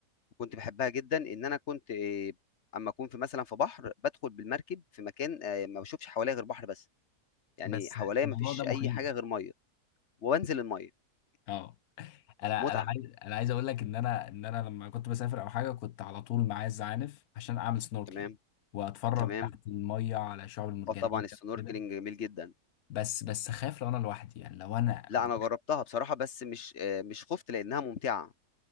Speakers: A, on the left (about 45°); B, on the left (about 70°).
A: وكنت بحبها جدا ان انا كنت آه، اما اكون في مثلا في بحر بدخل بالمركب في مكان آه، ما بشوفش حواليا غير بحر بس يعني
B: بس
A: حواليا
B: الموضوع
A: ما فيش
B: ده مخيف
A: اي حاجه غير ميه وانزل الميه
B: اه انا
A: متعه
B: انا عايز انا عايز اقول لك ان انا ان انا لما كنت بسافر او حاجه كنت على طول معايا الزعانف عشان اعمل سنوركلينج
A: تمام
B: واتفرج
A: تمام
B: تحت الميه على الشعاب المرجانيه
A: اه طبعا السنوركلينج
B: وكده
A: جميل جدا
B: بس بس اخاف لو انا لوحدي يعني لو انا
A: لا
B: لوحدي.
A: انا جربتها بصراحه بس مش آه، مش خفت لانها ممتعه